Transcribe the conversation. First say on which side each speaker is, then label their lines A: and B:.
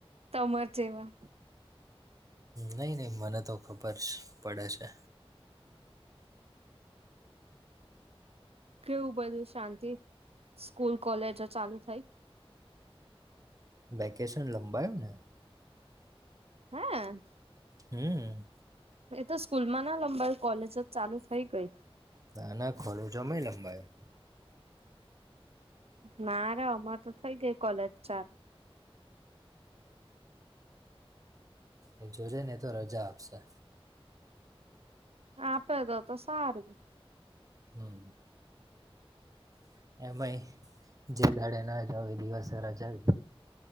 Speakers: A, on the right; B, on the right.
A: તમર જેવા.
B: નઈ નઇ મને તો ખબર જ પડે છે.
A: કેવું બધું શાંતિ સ્કૂલ કોલેજો ચાલુ થઈ.
B: વેકેશન લંબાયું ને.
A: હા.
B: હમ્મ.
A: એ તો સ્કૂલ માં ના લંબાઈ કોલેજ જ ચાલુ થઈ ગઈ.
B: ના ના ખોડું જ <unintelligible> લંબાયો.
A: ના રા આમાં તો થઇ ગઈ કોલેજ ચા
B: એ જોજે ને તો રજા આપશે.
A: આપે તો તો સારું.
B: હા. <unintelligible> જે <unintelligible> તો હવે દિવસે રાજા